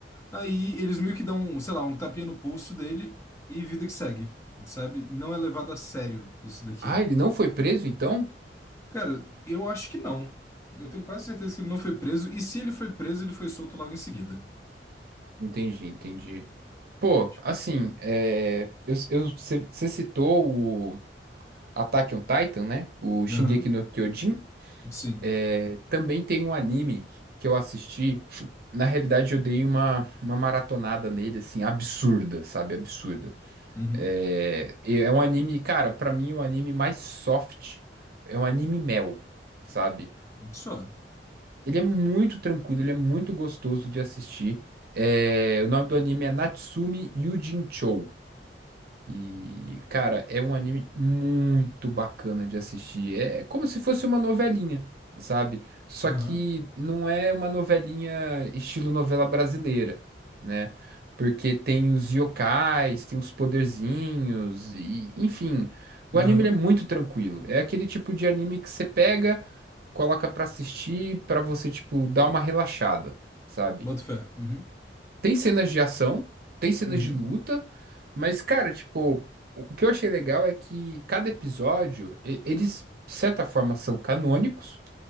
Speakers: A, on the left (about 15°); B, on the right (about 60°).
A: Aí eles meio que dão, sei lá, um tapinha no pulso dele e vida que segue, sabe? Não é levado a sério isso daqui.
B: Ah, ele não foi preso, então?
A: Cara, eu acho que não. Eu tenho quase certeza que ele não foi preso. E se ele foi preso, ele foi solto logo em seguida.
B: Entendi, entendi. Pô,
A: Tipo,
B: assim, é, eu, eu, você citou o Attack on Titan, né? O Shingeki
A: Aham,
B: no Kyojin.
A: sim.
B: É, também tem um anime que eu assisti. Na realidade, eu dei uma, uma maratonada nele, assim, absurda, sabe? Absurda.
A: Uhum,
B: É, é um anime, cara, pra mim é um anime mais soft. É um anime mel, sabe?
A: só.
B: Ele é muito tranquilo, ele é muito gostoso de assistir. É, o nome do anime é Natsume Yuujinchou. E, cara, é um anime muito bacana de assistir. É como se fosse uma novelinha, sabe? Só
A: Aham,
B: que não é uma novelinha estilo novela brasileira, né? Porque tem os yokais, tem os poderzinhos, e, enfim. O
A: aham.
B: anime ele é muito tranquilo. É aquele tipo de anime que você pega, coloca pra assistir, pra você, tipo, dar uma relaxada, sabe?
A: Bota fé. Uhum,
B: Tem cenas
A: co-
B: de ação, tem cenas
A: uhum,
B: de luta, mas, cara, tipo, o que eu achei legal é que cada episódio, e- eles, de certa forma, são canônicos,